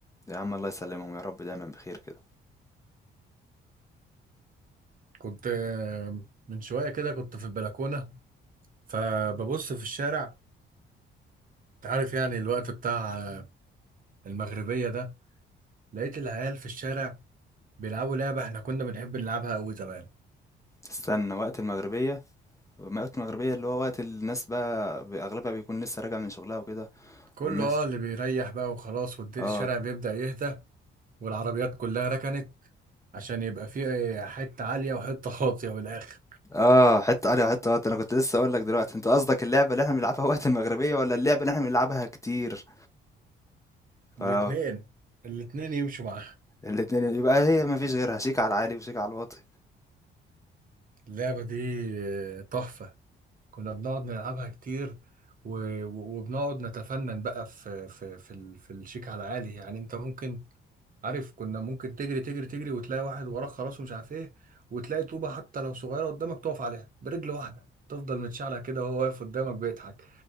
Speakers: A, on the left; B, on the right.
A: يا عم الله يسلمهم يا رب دايما بخير كده
B: كنت آه، من شويه كده كنت في البلكونه فببص في الشارع انت عارف يعني الوقت بتاع آه، المغربيه ده لقيت العيال في الشارع بيلعبوا لعبه احنا كنا بنحب نلعبها قوي زمان
A: استنى وقت المغربيه وقت المغربيه اللي هو وقت الناس بقى بي- اغلبها بيكون لسه راجع من شغلها وكده
B: كله
A: والناس
B: اه اللي بيريح بقى وخلاص والدير
A: اه
B: الشارع بيبدأ يهدى والعربيات كلها ركنت عشان يبقى فيه حته عاليه وحته <laughs> واطيه من الاخر
A: اه حته علي وحته وقت انا كنت لسه اقول لك دلوقتي انت قصدك اللعبه اللي احنا بنلعبها وقت المغربيه ولا اللعبه اللي احنا بنلعبها كتير
B: الاتنين
A: اه
B: الاتنين يمشوا معاها
A: الاتنين يبقى هي مفيش غيرها شيك على العالي وشيك على الواطي
B: اللعبة دي آه، تحفة كنا بنقعد نلعبها كتير و- و- وبنقعد نتفنن بقى في في في ال- في الشيك على عالي يعني انت ممكن عارف كنا ممكن تجري تجري تجري وتلاقي واحد وراك خلاص ومش عارف ايه وتلاقي طوبة حتى لو صغيرة قدامك تقف عليها برجل واحدة تفضل متشعلع كده وهو واقف قدامك بيضحك